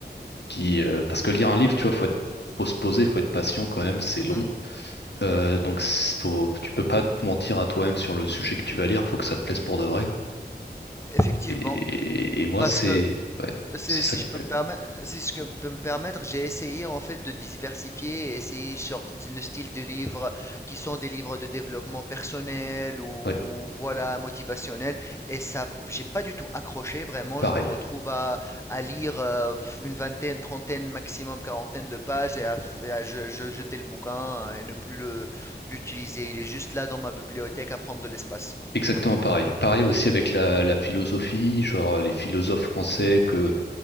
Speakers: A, on the left; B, on the left.
A: qui euh, parce que lire un livre, tu vois, faut être faut se poser, faut être patient quand même, c'est
B: mhm,
A: long. Euh, donc c'est- faut, tu peux pas te mentir à toi-même sur le sujet que tu vas lire, faut que ça te plaise pour de vrai.
B: effectivement.
A: Et, et moi,
B: Parce
A: c'est
B: que
A: ouais,
B: C'est,
A: c'est
B: si
A: ça qui
B: je peux
A: me plaît.
B: me permettre, si je peux me permettre, j'ai essayé en fait de diversifier et essayer genre le style de livres qui sont des livres de développement personnel ou
A: Ouais,
B: voilà motivationnel et ça j'ai pas du tout accroché vraiment,
A: pareil.
B: je me retrouve à, à lire euh, une vingtaine, trentaine maximum quarantaine de pages et à, et à je- je- jeter le bouquin et ne plus le l'utiliser, il est juste là dans ma bibliothèque à prendre de l'espace.
A: Exactement pareil. Pareil aussi avec la, la philosophie, genre les philosophes français
B: Hmm,
A: que